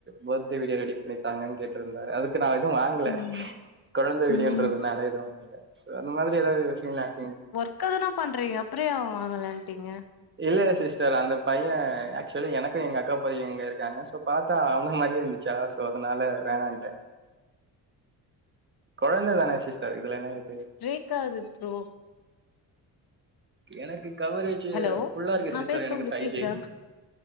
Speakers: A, on the right; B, on the left.
A: பர்த்டே வீடியோ ரெடி பண்ணி தாங்கனு கேட் இருந்தாரு அதுக்கு நா எதுவு வாங்கல
B: ம்
A: கொழந்த விடியோன்றதுனால
B: ம்
A: எது வாங்கல சோ அந்த மாரி எதாவுது விஷியங்ள அசி
B: க்க தான பண்றீங்க அப்றே ஏ வாங்கலன்டீங்க
A: இல்ல சிஸ்டர் அந்த பையன் ஆக்சுவல எனக்கு எங்க அக்கா பைய இங்க இருக்காங்க சோ பாத்தா அவன மாரியே இருந்துச்சா அதா சோ அதனால வேணான்ட்டே கொழந்த தான சிஸ்டர் இதுல என்ன இருக்கு
B: பிரேக்காது ஃப்ரோ
A: எனக்கு கவரேஜீ
B: ஹலோ
A: ஃபுல்லா இருக்கு
B: நா
A: சிஸ்டர்
B: பேசுறது
A: எனக்கு
B: உங்களுக்கு
A: ஃபைவ்
B: கேக்குதா
A: ஜி